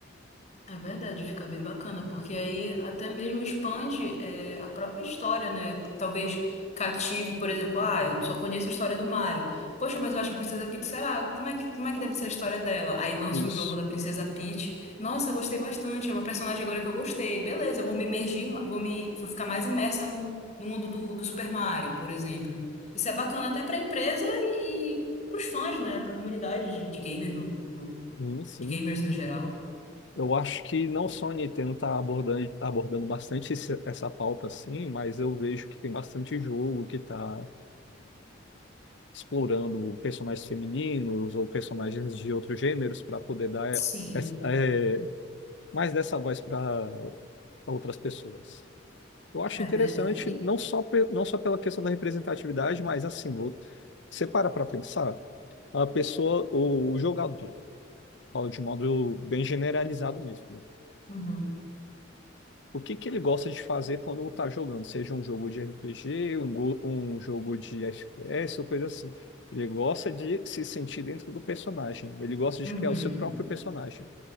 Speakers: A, on the left; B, on the left.
A: É verdade, fica bem bacana, porque aí até mesmo expande é, a própria história, né? Talvez cative, por exemplo, ah, eu só conheço a história do Mario. Poxa, mas eu acho que a Princesa Peach, será? Como é que, como é que deve ser a história dela? Aí lança
B: Isso.
A: o jogo da Princesa Peach. Nossa, gostei bastante, é uma personagem agora que eu gostei. Beleza, vou me imergir, vou me, vou ficar mais imersa no, no mundo do, do Super Mario, por exemplo. Isso é bacana até pra empresa e, e pros fãs, né? Pra comunidade de, de gamer no, no-
B: Sim, sim.
A: de gamers no geral.
B: Eu acho que não só a Nintendo está abordando, abordando bastante esse- essa pauta, assim, mas eu vejo que tem bastante jogo que está explorando personagens femininos ou personagens de outros gêneros para poder dar
A: Sim.
B: eh, essa- é, mais dessa voz para outras pessoas. Eu acho
A: É
B: interessante,
A: verdade.
B: não só, pe- não só pela questão da representatividade, mas assim, o- você para para pensar, a pessoa, o o jogador, falo de modo bem generalizado mesmo.
A: Uhum.
B: O que que ele gosta de fazer quando tá jogando, seja um jogo de RPG, um, go- um jogo de FPS, ou coisa assim. Ele gosta de se sentir dentro do personagem, ele gosta de
A: Uhum.
B: criar o seu próprio personagem.